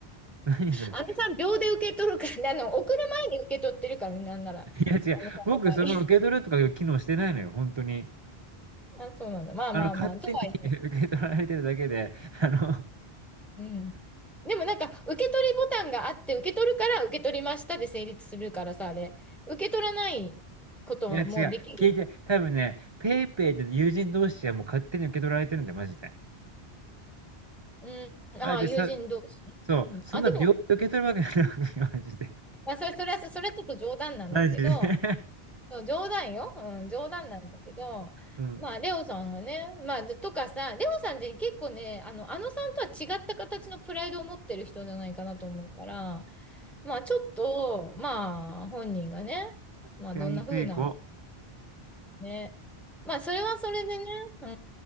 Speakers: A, on the right; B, in the centre.
A: <laughs> 何それ。
B: あのさん、秒で受け取るからね、<laughs> あの、送る前に受け取ってるからね、なんなら。
A: いや違う。
B: あのさんの場合。
A: 僕その受け取るとかいう機能してないのよ、本当に。
B: <laughs> あ、そうなんだ。まあまあまあ、
A: あの、勝手に
B: とはいえ。
A: <laughs> 受け取られてるだけで、あの
B: うん。でもなんか、受け取りボタンがあって、受け取るから、受け取りましたで成立するからさ、あれ。受け取らないことはもうできる。
A: いや、違う。聞いて、多分ね、ペイペイで友人同士はもう勝手に受け取られてるんだよ、マジで。
B: うん。
A: あ、
B: ああ、
A: で、
B: 友人同士。
A: さそう、
B: うん。
A: そんな秒で受け取るわけないのよ、
B: あ、でも、
A: <laughs> マジで。
B: まあ、それ、それは、それはちょっと冗談なんだけど、
A: マジで。<laughs>
B: そう冗談よ。うん、冗談なんだけど、
A: うん。
B: まあ、レオさんがね、まあ、とかさ、レオさんって結構ね、あの、あのさんとは違った形のプライドを持ってる人じゃないかなと思うから、まあ、ちょっと、まあ、本人がね、
A: 扱いにくい子。
B: まあ、どんな風な、ね、まあ、それはそれでね、う